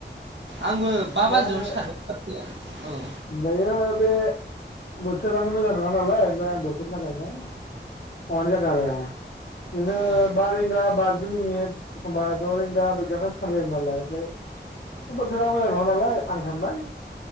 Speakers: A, on the right; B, on the left.
A: आंबो बा
B: ओमफ्राय
A: बाजियावनो सिखारदों औ।
B: दायो बे बोथोरानो मोजां नङा नालाय ओमफ्राय आं बोथोरनि थाखायनो माबानाय जादों आरो। बिदिनो
A: औ
B: बा रिंगा बाजि मिनिट एखमबा द' रिंगा बेदियावनो सिखारनाय जायो नालाय फ्राय बोथोरा मोजां नङा नालाय आं सानबाय